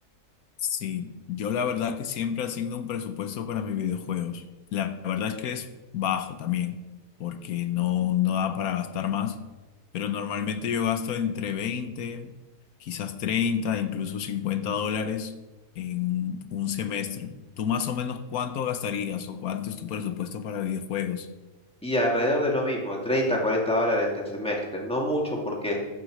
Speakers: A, on the left (about 80°); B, in the centre.
A: Sí, yo la verdad que siempre asigno un presupuesto para mis videojuegos. La verdad es que es bajo también, porque no, no da para gastar más, pero normalmente yo gasto entre 20, quizás 30, incluso 50 dólares en un semestre. ¿Tú más o menos cuánto gastarías o cuánto es tu presupuesto para videojuegos?
B: Y alrededor de lo mismo, 30, 40 dólares entre semestres. No mucho porque